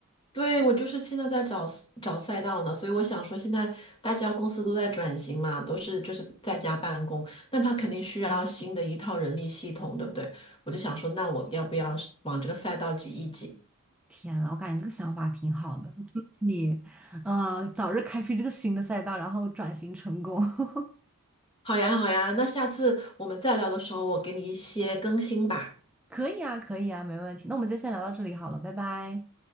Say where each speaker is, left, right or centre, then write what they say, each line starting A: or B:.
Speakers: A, on the left; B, in the centre.
A: 对，我就是现在在找找赛道呢，所以我想说，现在大家公司都在转型嘛，都是就是在家办公，那他肯定需要新的一套人力系统，对不对？我就想说，那我要不要是往这个赛道挤一挤？
B: 天呐，我感觉这个想法挺好的，祝你，呃，早日开辟这个新的赛道，然后转型成功。<laughs>
A: 好呀，好呀，那下次我们再聊的时候，我给你一些更新吧。
B: 可以啊，可以啊，没问题。那我们今天先聊到这里好了，拜拜。